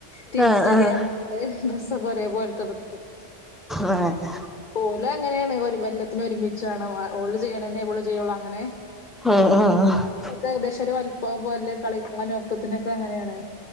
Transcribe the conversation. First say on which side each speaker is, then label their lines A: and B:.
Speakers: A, on the left (about 40°); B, in the centre.
A: റ്റ്വിൻസല്ലെ
B: ആഹ് ആഹ്
A: ർഞ്ഞാണ്ട് ഡ്രസ്സൊക്കെ ഒരേ പോലത്തെ ട്ക്കും.
B: ആഹ് ഹാ
A: ഓലങ്ങനേണ് ഒരു കൊല്ലത്തിനു ഒരുമിച്ചാണ് വ ഓള് ചെയ്യണെന്നെ ഇവളും ജ്ജെയൊള്ള അങ്ങനെ
B: അഹ് അഹ് ആഹ്
A: ഒക്കെ ഏകദേശം ഒരു വല്പ്പം പോലെ കളിക്കാനും ഒക്കത്തിനൊക്കെ അങ്ങനേണ്.